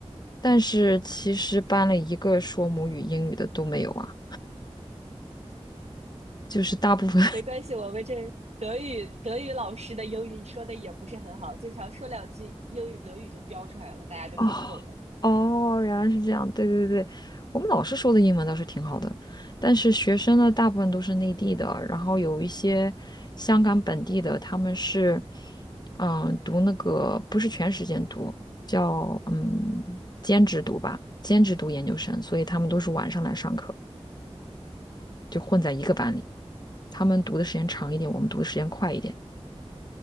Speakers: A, on the left; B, on the right.
A: 但是其实班里一个说母语英语的都没有啊，就是大部分
B: 没关系，我们这德语德语老师的英语说的也不是很好，经常说两句英语德语就飙出来了，
A: <laughs>
B: 大家就听不懂了。
A: 哦，哦，原来是这样，对对对，我们老师说的英文倒是挺好的，但是学生呢，大部分都是内地的，然后有一些香港本地的，他们是，嗯，读那个不是全时间读，叫嗯兼职读吧，兼职读研究生，所以他们都是晚上来上课，就混在一个班里，他们读的时间长一点，我们读的时间快一点。